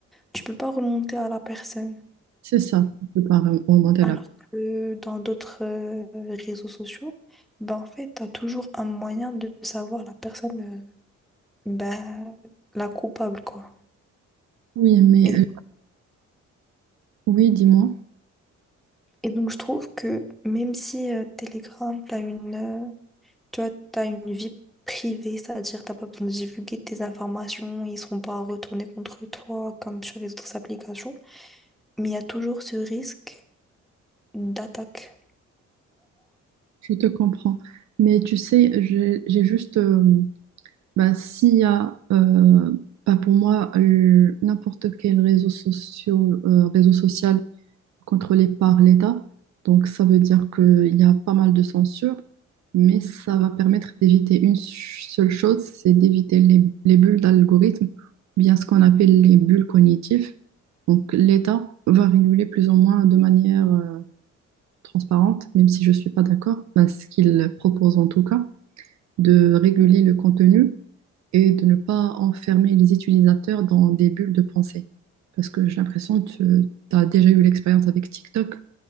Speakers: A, in the centre; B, on the right.
A: tu peux pas remonter à la personne.
B: C'est ça. Je ne peux pas remonter
A: Alors
B: là.
A: que dans d'autres euh, réseaux sociaux, ben en fait, t'as toujours un moyen de savoir la personne, euh, ben, la coupable, quoi.
B: Oui, mais
A: Et
B: euh, oui, dis-moi,
A: Et donc, je trouve que même si euh, Telegram, t'as une, euh, tu vois, t'as une vie privée, c'est-à-dire t'as pas besoin de divulguer tes informations, ils seront pas retournés contre toi comme sur les autres applications, mais il y a toujours ce risque d'attaque.
B: je te comprends. Mais tu sais, j'ai j'ai juste euh, Ben, s'il y a, euh, ben, pour moi, le- n'importe quel réseau social, euh, réseau social contrôlé par l'État, donc ça veut dire qu'il y a pas mal de censure, mais ça va permettre d'éviter une ch- seule chose, c'est d'éviter les, les bulles d'algorithmes, ou bien ce qu'on appelle les bulles cognitives. Donc l'État va réguler plus ou moins de manière euh, transparente, même si je ne suis pas d'accord, ben, ce qu'il propose en tout cas, de réguler le contenu et de ne pas enfermer les utilisateurs dans des bulles de pensée. Parce que j'ai l'impression que tu as déjà eu l'expérience avec TikTok,